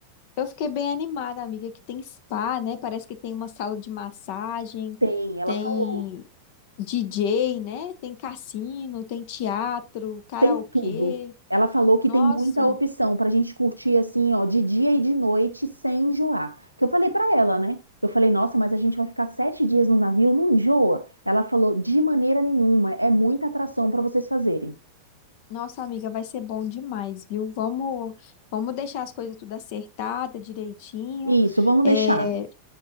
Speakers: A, on the left (about 45°); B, on the right (about 85°).
A: Eu fiquei bem animada, amiga, que tem spa, né? Parece que tem uma sala de massagem,
B: Tem, ela
A: tem
B: falou.
A: DJ, né? Tem cassino, tem teatro, karaokê.
B: Tem tudo. Ela falou que
A: Nossa,
B: tem muita opção para a gente curtir assim, ó, de dia e de noite sem enjoar. Que eu falei para ela, né? Eu falei, nossa, mas a gente vai ficar sete dias no navio, não enjoa? Ela falou, de maneira nenhuma, é muita atração para vocês fazerem.
A: nossa amiga, vai ser bom demais, viu? Vamos, vamos deixar as coisas tudo acertada, direitinho.
B: Isso, vamos
A: É,
B: deixar.